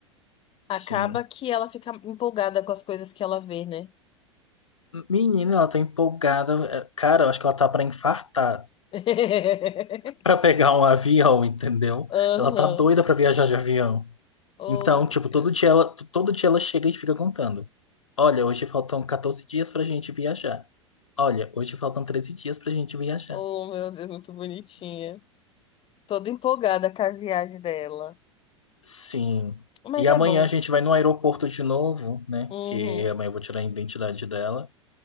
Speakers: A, on the left; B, on the left.
A: acaba
B: sim.
A: que ela fica empolgada com as coisas que ela vê, né?
B: Menina, ela tá empolgada. É, Cara, eu acho que ela tá pra infartar,
A: <laughs>
B: pra pegar um avião, entendeu?
A: Aham.
B: Ela tá doida pra viajar de avião.
A: Oh,
B: Então,
A: meu
B: tipo,
A: Deus.
B: todo dia ela, todo dia ela chega e fica contando. Olha, hoje faltam 14 dias pra gente viajar. Olha, hoje faltam 13 dias pra gente viajar.
A: Oh, meu Deus, muito bonitinha. Toda empolgada com a viagem dela.
B: Sim.
A: Mas
B: E amanhã
A: é bom.
B: a gente vai no aeroporto de novo, né?
A: Uhum.
B: Porque amanhã eu vou tirar a identidade dela.